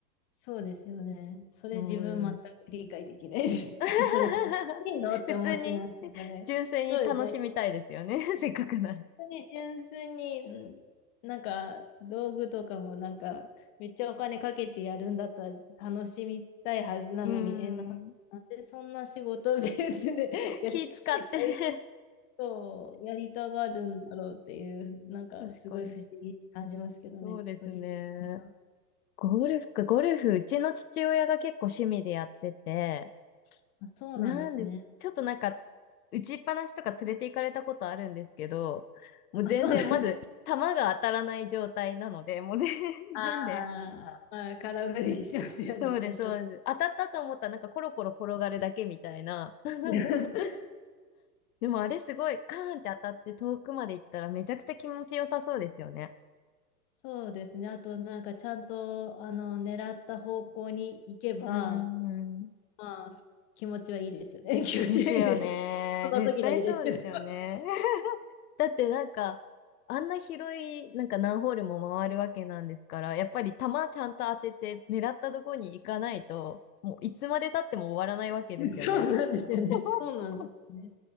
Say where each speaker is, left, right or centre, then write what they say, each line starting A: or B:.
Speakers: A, on the left (about 30°); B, on the left (about 60°).
A: そうですよね。それ自分全く理解できないです。
B: うん。<laughs>
A: <laughs> え、それ楽しいのって思っちゃいますけどね。
B: 普通に純粋に楽しみたいですよね。
A: そうですね。
B: <laughs> せっかくなら。
A: 本当に純粋に、なんか道具とかもなんかめっちゃお金かけてやるんだったら楽しみたいはずなのに、
B: うん。
A: え、な、なんでそんな仕事ベースで <laughs> やり、
B: 気使ってね。
A: やりたそうやりたがるんだろうっていう、なんかすごい不思議に感じますけどね、
B: <laughs> 確かに。そうですね。
A: 個人的には。
B: ゴルフか、ゴルフ、うちの父親が結構趣味でやってて、
A: あ、そうなんですね。
B: なんで、ちょっとなんか、打ちっぱなしとか連れて行かれたことあるんですけど、もう全然、
A: あ、そうなんです。
B: まず、球が当たらない状態なので、もうね <laughs>
A: あ
B: 全然で、
A: ーまあ、空振りしますよね、
B: そうです、
A: 最初。
B: そうです。当たったと思ったら、なんかコロコロ転がるだけみたいな。<laughs>
A: <laughs>
B: でもあれすごい、カーンって当たって遠くまで行ったらめちゃくちゃ気持ちよさそうですよね。
A: そうですね。あと、なんかちゃんと、あの、狙った方向に行けば、
B: うーん。
A: まあ、気持ちはいいですよね。<laughs> 気持ちはいいですよ。
B: ですよね。
A: その時だけですけど。
B: 絶対そうですよね。<laughs> だってなんか、あんな広い、なんか何ホールも回るわけなんですから、やっぱり球ちゃんと当てて狙ったとこに行かないと、もういつまで経っても終わらないわけですよね。
A: <laughs> そうなんですよね。
B: <laughs>
A: そうなんですね。